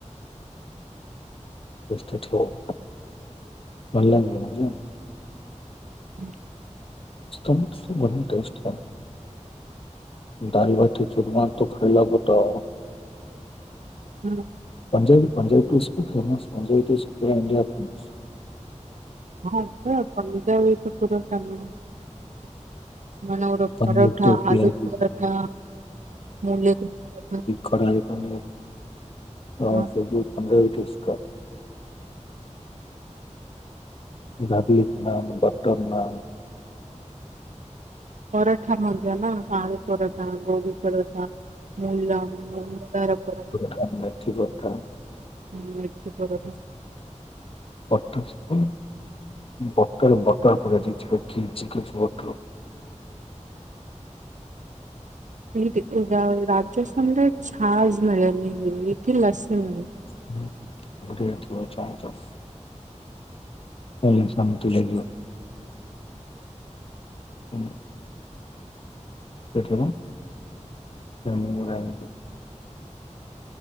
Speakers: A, on the left; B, on the right.
A: <unintelligible>
B: ହୁଁ।
A: <unintelligible> ବଢିଆ ଟେଷ୍ଟ ପାଇଁ। ଦାଲ ବାଟି ଚୁୁରମା ତ ଖାଇଲା ପ <unintelligible>
B: ହୁଁ।
A: ପଞ୍ଜାବି ପଞ୍ଜାବି ଟେଷ୍ଟ ବି ଫେମସ। ପଞ୍ଜାବୀ ଟେଷ୍ଟ ପାଇଁ ଇଣ୍ଡିଆ ଫେମସ।
B: ହଁ ତ ପଞ୍ଜାବୀ ତ ପୁରା <unintelligible>
A: ପନିର
B: ପରଠା,
A: ଟୋପି
B: ଆଲୁ
A: ଆଜି
B: ପରାଠା, ମୁଲି କି ପରଠା।
A: କଢାଇ ପନିର। <unintelligible>
B: ହଁ
A: ଇରାବିକ ନାନ, ବଟ୍ଟର ନାନ।
B: ପରାଠା ମଧ୍ୟ ନା, ଆଳୁ ପରାଠା, ଗୋଭି ପରଠା, ମୂଳା <unintelligible> ପରାଠା।
A: ଖା ନାଇଁ। <unintelligible>
B: ହୁଁ ମେଥି ପରଠା।
A: ବଟର <unintelligible>
B: <unintelligible> ରାଜସ୍ଥାନରେ ଛାଜ ମିଳେନି ଏଠି ଲସି ମିଳେ।
A: <unintelligible> ଆମକୁ ଶାନ୍ତି ଲାଗିବ। ହୁଁ। ସେଠ <unintelligible>